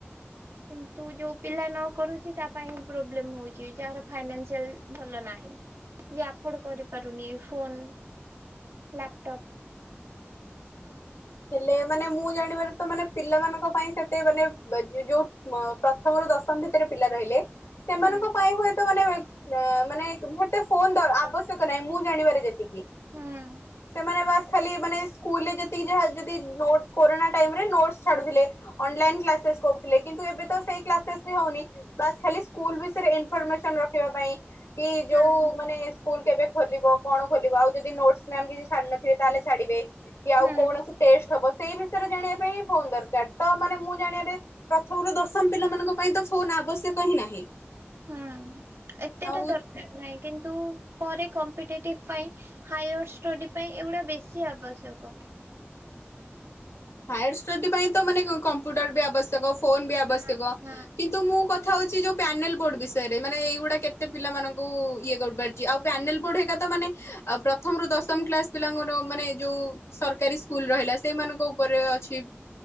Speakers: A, on the right; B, on the left.
A: କିନ୍ତୁ ଯୋଉ ପିଲା ନ କରୁଛି ତା ପାଇଁ ପ୍ରୋବ୍ଲେମ ହଉଛି ଯାହାର ଫାଇନାସିଆଲ ଭଲ ନାହିଁ। ଏ ଆଫୋଡ କରିପାରୁନି ଫୋନ୍ ଲାପଟପ୍।
B: ହେଲେ ମାନେ ମୁଁ ଜାଣିବାରେ ତ ମାନେ ପିଲାମାନଙ୍କ ପାଇଁ ସେତେ ମାନେ ଯୋଉ ପ୍ରଥମରୁ ଦଶମ ଭିତରେ ପିଲା ରହିଲେ ସେମାନଙ୍କ
A: ହୁଁ
B: ପାଇଁ ହୁଏ ତ ମାନେ ମାନେ ଏତେ ଫୋନ୍ ଆବଶ୍ୟକ ନାହିଁ ମୁଁ ଜାଣିବାରେ ଯେତିକି।
A: ହୁଁ
B: ସେମାନେ ବାସ୍ ଖାଲି ମାନେ ସ୍କୁଲରେ ଯେତିକି ଯାହା ଜଦି ନୋଟ୍ କରୋନା ଟାଇମ୍ ରେ ନୋଟସ ଛାଡୁଥିଲେ ଅନଲାଇନ୍ କ୍ଲାସେସ୍ କରୁ ଥିଲେ କିନ୍ତୁ ଏବେ ତ ସେଇ କ୍ଲାସେସ୍ ବି ହଉନି ବାସ ଖାଲି ସ୍କୁଲ ବିଷୟରେ ଇନିଫରମେସନ୍ ରଖିବା ପାଇଁ। କି
A: ହୁଁ
B: ଯୋଉ ମାନେ ସ୍କୁଲ କେବେ ଖୋଲିବ କଣ ଖୋଲିବ ଆଉ ଯଦି ନୋଟସ ମ୍ୟାମ କିଛି ଛାଡି ନଥିବେ ତାହେଲେ ଛାଡିବେ କି
A: ହୁଁ
B: ଆଉ କୌଣ ସେଇ ବିଷୟରେ ଜାଣିବା ପାଇଁ ହିଁ ଫୋନ୍ ଦରକାର ତ ମାନେ ମୁଁ ଜାଣିବାରେ ପ୍ରଥମରୁ ଦଶମ ପିଲାମାନଙ୍କ ପାଇଁ ତ ଫୋନ୍ ଆବଶ୍ୟକ ହିଁ ନାହିଁ।
A: ହୁଁ ଏତେଟା
B: ଆଉ
A: ଦରକାର ନାହିଁ କିନ୍ତୁ ପରେ କମ୍ପିଟେଟିଭ୍ ପାଇଁ ହାୟର ଷ୍ଟଡ଼ି ପାଇଁ ଏଗୁଡ଼ା ବେଶୀ ଆବଶ୍ୟକ।
B: ହାୟର ଷ୍ଟଡି ପାଇଁ ତ ମାନେ କମ୍ପ୍ୟୁଟର ବି ଆବଶ୍ୟକ ଫୋନ୍ ବି ଆବଶ୍ୟକ
A: ହଁ ହଁ
B: କିନ୍ତୁ ମୁଁ କ କଥା ହଉଛି ଯୋଉ ପ୍ୟାନେଲ୍ ବୋର୍ଡ ବିଷୟରେ ମାନେ ଏଇଗୁଡା କେତେ ପିଲାମାନାନଙ୍କୁ ଇଏ କରିପାରଛି ଆଉ ପ୍ୟାନେଲ୍ ବୋର୍ଡ ହେକା ତ ମାନେ ଆଉ ପ୍ରଥମରୁ ଦଶମ କ୍ଲାସ ପିଲାଙ୍କର ମାନେ ଯୋଉ ସରକାରୀ ସ୍କୁଲ ରହିଲା ସେଇମାନଙ୍କୁ ଉପରେ ଅଛି।